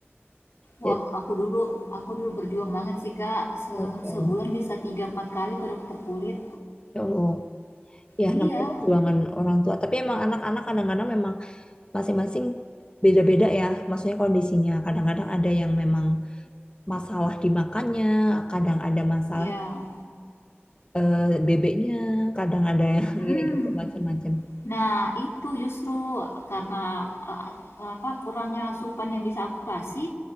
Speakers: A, on the left; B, on the left.
A: Jadi,
B: Wah, aku dulu aku dulu berjuang banget sih, Kak. Se-
A: Masya
B: sebulan
A: Allah.
B: bisa tiga empat kali ke dokter kulit.
A: Ya Allah. Ya
B: Iya,
A: namanya perjuangan orang tua. Tapi emang anak-anak kadang-kadang memang masing-masing beda-beda ya, maksudnya kondisinya. Kadang-kadang ada yang memang masalah di makannya, kadang ada masalah
B: iya.
A: eh, bebeknya, kadang ada yang <laughs>
B: mm
A: ya gitu macam-macam.
B: Nah, itu justru karena eh, eh, apa kurangnya asupan yang bisa aku kasih,